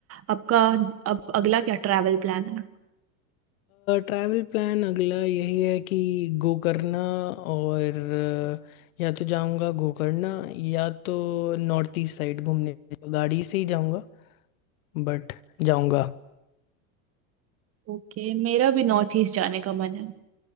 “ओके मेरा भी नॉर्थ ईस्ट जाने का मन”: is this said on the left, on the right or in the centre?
Right